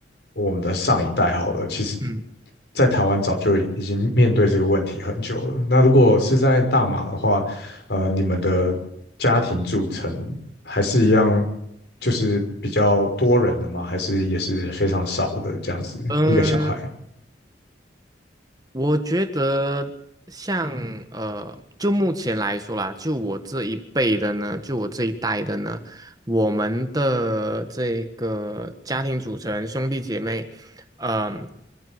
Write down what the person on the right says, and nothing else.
嗯
嗯，我觉得像嗯呃，就目前来说啦，就我这一辈的呢，就我这一代的呢，我们的这个家庭组成兄弟姐妹，嗯、